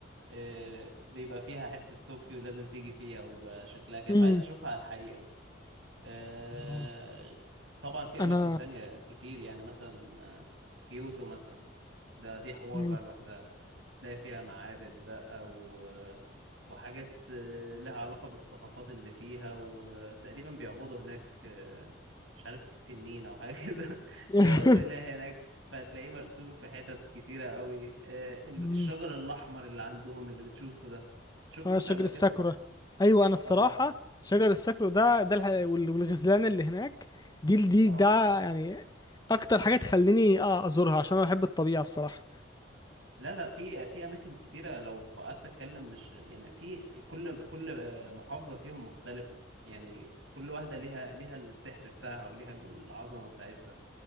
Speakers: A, on the right; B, on the left.
A: آه، بيبقى فيها حتة طوكيو لازم تيجي فيها ويبقى شكلها كده
B: امم
A: فعايز اشوفها على الحقيقة آه،
B: آه.
A: طبعا في
B: انا
A: اماكن تانية كتير يعني مثلا آه، كيوتو مثلا ده دي حوار
B: امم
A: بقى لوحدها تلاقي فيها معابد بقى و... وحاجات آه، لها علاقة بالثقافات اللي فيها وتقريبا بيعبدوا هناك آه، مش عارف تنين أو حاجة كده <laughs>
B: <laughs>
A: بيعبدوا إله هناك فهتلاقيه مرسوم في حتت كتيرة قوي آه، ال-
B: امم
A: الشجر الأحمر اللي عندهم اللي بتشوفه ده شفت
B: اه
A: أنت
B: شجر
A: قبل كده؟
B: الساكورا ايوه انا الصراحة
A: آه
B: شجر الساكورا ده ده الح... وال- والغزلان اللي هناك دي دي
A: آه
B: ده يعني اكتر حاجة تخليني اه ازورها عشان انا بحب الطبيعة الصراحة
A: لا لا في في اماكن كتيره لو قعدت اتكلم مش يعني في في كل كل آه، محافظه فيهم مختلفه يعني كل واحده ليها ليها السحر بتاعها وليها العظمه بتاعتها